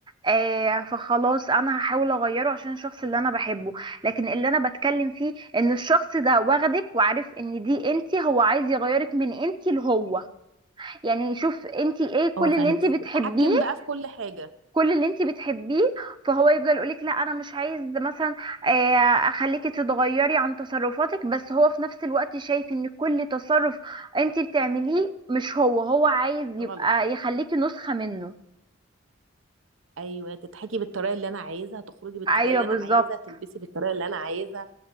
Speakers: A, on the right (about 20°); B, on the right (about 70°).
A: آه فخلاص انا هحاول اغيره عشان الشخص اللي انا بحبه لكن اللي انا بتكلم فيه ان الشخص ده واخدك وعارف ان دي انتي هو عايز يغيرك من انتي لهو يعني يشوف انتي ايه
B: اه
A: كل
B: فاهمه
A: اللي انتي بتحبيه
B: تتحكم بقى في كل حاجه
A: كل اللي انت بتحبيه فهو يفضل يقولك لا انا مش عايز مثلا آه، اخليكي تتغيري عن تصرفاتك بس هو في نفس الوقت شايف ان كل تصرف انت بتعمليه مش هو هو عايز يبقى
B: غلط
A: يخليكي نسخة منه
B: ايوه تضحكي بالطريقه اللي انا عايزها تخرجي بالطريقه
A: ايوه
B: اللي
A: بالظبط
B: انا عايزها تلبسي بالطريقه اللي انا عايزها